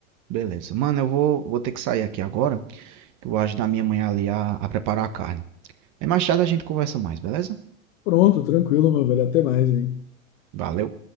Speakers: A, on the right; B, on the left.
A: Beleza. Mano, eu vou, vou ter que sair aqui agora, que eu vou ajudar minha mãe ali a, a preparar a carne. Aí mais tarde a gente conversa mais, beleza?
B: Pronto, tranquilo, meu velho. Até mais, hein.
A: Valeu.